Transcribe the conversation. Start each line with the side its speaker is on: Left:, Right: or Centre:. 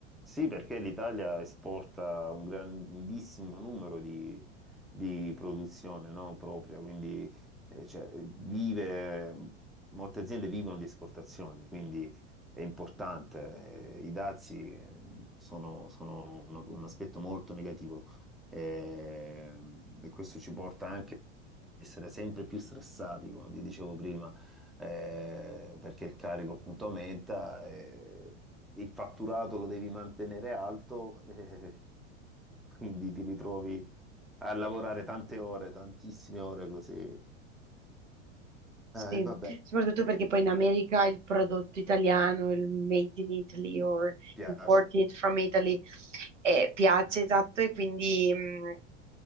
Centre: Sì, perché l'Italia esporta un grandissimo numero di, di produzione, no, propria, quindi eh, cioè, vive, molte aziende vivono di esportazioni, quindi è importante. eh, I dazi eh, sono, sono un, un aspetto molto negativo eh, e questo ci porta essere sempre più stressati, come ti dicevo prima, eh, perché il carico appunto aumenta, eh, il fatturato lo devi mantenere alto, eh, <laughs> quindi ti ritrovi a lavorare tante ore, tantissime ore così. Eh,
Right: Sì,
Centre: E vabbè,
Right: soprattutto perché poi in America il prodotto italiano, il made in Italy or
Centre: piace,
Right: imported from Italy, eh, piace, esatto, e quindi mh,